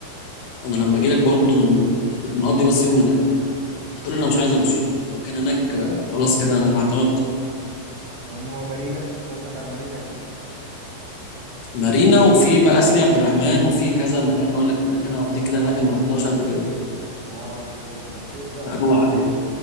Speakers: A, on the left (about 75°); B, on the right (about 60°).
A: انا لما
B: فين
A: اجي لك برضه ن- نقضي بس يوم هناك هتقول لي انا مش عايز امشي ما المكان هناك خلاص كده انا اعتمدته
B: يا عم هو مارينا أنت قصدك على مارينا اكيد
A: مارينا وفي بقى سيدي عبد الرحمن وفي كذا مكان بقول لك هناك انا هوديك كده اماكن ما رحتهاش قبل كده
B: اه انت انت لفيت بقى
A: اروح عليه